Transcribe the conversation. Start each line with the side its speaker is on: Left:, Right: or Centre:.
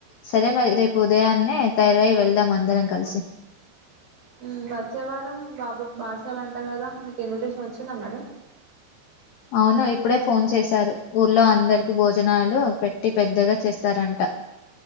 Left: సరే మరి రేపు ఉదయాన్నే తయారై వెళ్దాం అందరం కలిసి
Right: మ్ వచ్చే వారం బాబుకి బారశాల అంట కదా మీకు ఇన్విటేషన్ వచ్చిందా మరి
Left: అవును ఇప్పుడే ఫోన్ చేశారు ఊళ్లో అందరికి భోజనాలు పెట్టి పెద్దగా చేస్తారంట